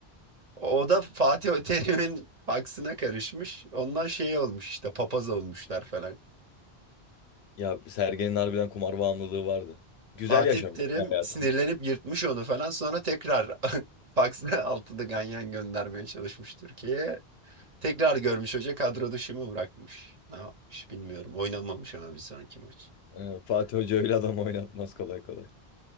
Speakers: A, on the right; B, on the left.
A: O da Fatih Terim'in faksına karışmış. Ondan şey olmuş işte papaz olmuşlar falan.
B: Ya Sergen'in harbiden kumar bağımlılığı vardı. Güzel
A: Fatih
B: yaşamış
A: Terim
B: hayatını.
A: sinirlenip yırtmış onu falan. Sonra tekrar <laughs> faksla altılı ganyan göndermeye çalışmış Türkiye'ye. Tekrar görmüş hoca kadro dışı mı bırakmış? Ne yapmış bilmiyorum. Oynamamış ama bir sonraki maç.
B: Ee, Fatih Hoca öyle adam oynatmaz kolay kolay.